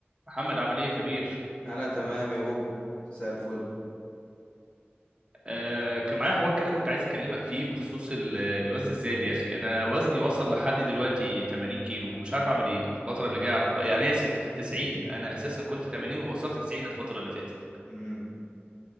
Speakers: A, on the right (about 25°); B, on the left (about 25°).
A: محمد عامل ايه يا كبير
B: انا تمام يا بوب زي الفل
A: آه كان معايا حوار كده كنت عايز اكلمك فيه بخصوص ال- الوزن الزايد يا اخي انا وزني وصل لحد دلوقتي 80 كيلو ومش عارف اعمل ايه الفتره اللي جايه على يعني انا اسف 90 انا اساسا كنت 80 ووصلت 90 الفتره اللي فاتت
B: امم